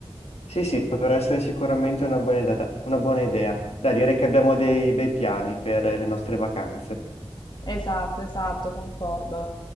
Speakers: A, on the left; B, on the left.
A: Sì, sì, potrà essere sicuramente una buona idea. Una buona idea. Da dire che abbiamo dei bei piani per le nostre vacanze.
B: Esatto, esatto, concordo.